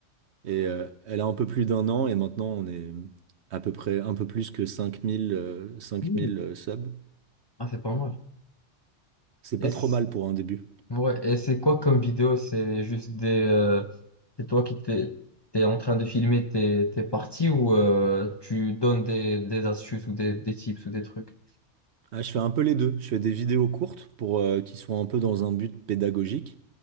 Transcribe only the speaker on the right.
Et euh, elle a un peu plus d'un an et maintenant on est à peu près un peu plus que 5000 euh, 5000
euh, subs.
C'est
pas
trop mal pour un début.
Ah, je fais un peu les deux. Je fais des vidéos courtes pour euh, qui sont un peu dans un but pédagogique